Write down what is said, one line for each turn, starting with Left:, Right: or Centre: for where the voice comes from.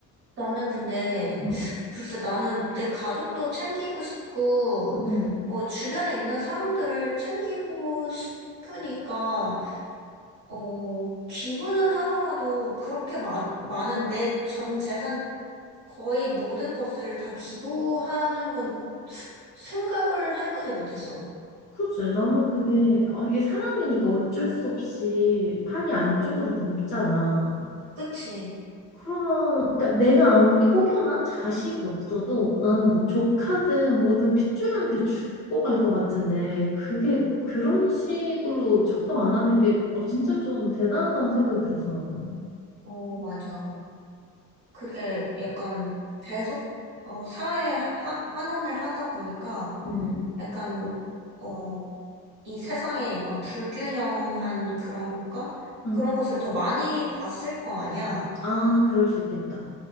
Right: 나는 근데,
Left: 응.
Right: 글쎄, 나는 내 가족도 챙기고 싶고,
Left: 응. 응.
Right: 뭐, 주변에 있는 사람들을 챙기고 싶으니까, 어, 기부는 하더라도 그렇게 많, 많은 내 전 재산 거의 모든 것을 다 기부하는 건 생각을 해보지 못했어.
Left: 그지? 나는 그게
Right: 음.
Left: 아, 이게 사람이니까 어쩔 수 없이 팔이 안쪽으로 굽잖아.
Right: 그치?
Left: 그러면 그러니까 내가 아무리 혹여나 자식이 없어도 나는 뭐 조카든 뭐든 핏줄한테 주고 갈 것 같은데 그게 그런 식으로 작동 안 하는 게 어, 진짜 좀 대단하다는 생각이 들었어 나는.
Right: 어, 맞아. 그게 약간 계속, 어, 사회에 하- 환원을 하다 보니까,
Left: 음,
Right: 약간, 어, 이 세상에 약간 불균형한 그런 것과
Left: 음.
Right: 그런 것을 더 많이 봤을 거 아니야.
Left: 아, 그럴 수 있겠다.